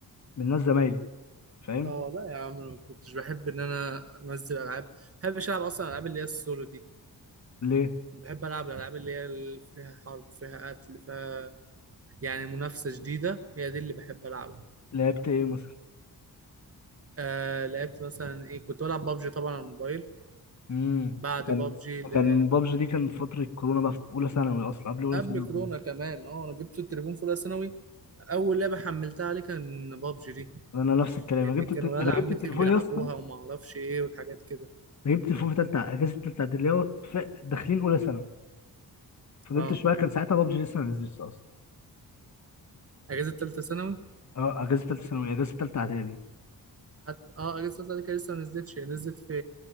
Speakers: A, on the left (about 50°); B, on the right (about 40°).
A: من ناس زمايلي فاهم
B: اه لا يا عم أنا ما كنتش بحب ان انا انزل العاب ما بحبش العب اصلا الالعاب اللي هي السولو دي
A: ليه
B: بحب العب الالعاب اللي هي اللي فيها حرب فيها قتل فيها يعني منافسه جديده هي دي اللي بحب العبها
A: لعبت ايه مثلا
B: آه لعبت مثلا ايه كنت بلعب بابجي طبعا على الموبايل
A: امم
B: بعد
A: كان
B: بابجي لعبت
A: كان بابجي دي كان في فترة كورونا بقى في اولى ثانوي اصلا قبل اولى
B: قبل
A: ثانوي
B: كورونا
A: كمان
B: كمان اه انا جبت التليفون في اولى ثانوي اول لعبه حملتها عليه كان بابجي دي
A: انا نفس الكلام
B: لان
A: انا جبت
B: كان
A: الت...
B: ولاد
A: انا
B: عمتي
A: جبت التليفون
B: بيلعبوها
A: يا اسطى
B: وما اعرفش ايه والحاجات كده
A: انا جبت تليفون في تالتة اجازه تالتة اعدادي اللي هو في- داخلين اولى ثانوي فضلت
B: اه
A: شويه كان ساعتها بابجي لسه ما نزلتش اصلا
B: اجازه ثالثه ثانوي
A: اه اجازه تالتة ثانوي اجازه تالتة اعدادي
B: حتى اه اجازه ثالثه ثانوي كان لسه ما نزلتش هي نزلت في